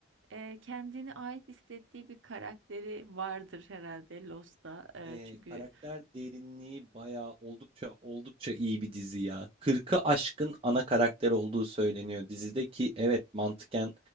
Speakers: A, on the right; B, on the right.
A: eee, kendine ait hissettiği bir karakteri vardır herhalde Lost'ta. Eee,
B: Ee,
A: çünkü
B: karakter derinliği bayağı oldukça oldukça iyi bir dizi ya. 40'ı aşkın ana karakter olduğu söyleniyor dizide ki evet mantıken